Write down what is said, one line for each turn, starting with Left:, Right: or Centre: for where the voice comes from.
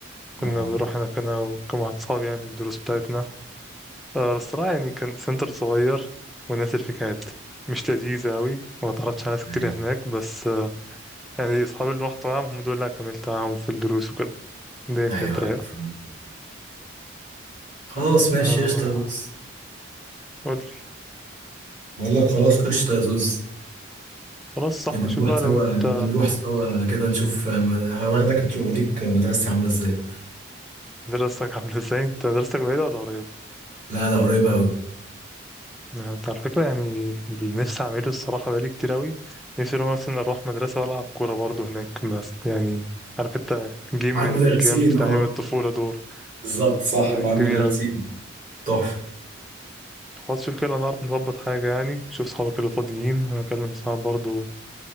Centre: كنا
Right: اه
Centre: بنروح هناك أنا وكم واحد صاحبي يعني الدروس بتاعتنا آه بس صراحة يعني كان سنتر صغير والناس اللي فيه كانت مش لذيذة أوي وما تعرفتش على ناس
Right: ايوه
Centre: كتير هناك بس يعني أصحابي اللي رحت معاهم هم دول اللي كملت معاهم في الدروس وكده دي
Right: ايوه
Centre: كانت رايقة
Right: أيوة، فاهم خلاص ماشي
Centre: آه
Right: قشطة يا زوز
Centre: قولي
Right: بقول لك خلاص قشطة يا زوز
Centre: خلاص صاحبي
Right: نبقى
Centre: شوف
Right: نروح
Centre: بقى
Right: سوا
Centre: لو أنت
Right: نبقى نروح سوا كده نشوف آه، م- واخدك هتشوف اوريك مدرستي عامله ازاي
Centre: دراستك <laughs> عاملة ازاي أنت دراستك بعيدة ولا قريبة؟
Right: لا لا قريبه قوي
Centre: آه، أنت على فكرة يعني اللي نفسي أعمله الصراحة بقالي كتير أوي نفسي لو مثلا أروح مدرسة وألعب كورة برضه هناك بس يعني عارف أنت جيم
Right: مع
Centre: من
Right: المدرسين
Centre: الجيم بتاع
Right: اه
Centre: أيام الطفولة دول
Right: بالظبط صح
Centre: تبقى
Right: مع المدرسين
Centre: جميلة أوي
Right: تحفه
Centre: خلاص شوف كده نعرف نظبط حاجة يعني شوف صحابك اللي فاضيين وأنا أكلم صحابي برضه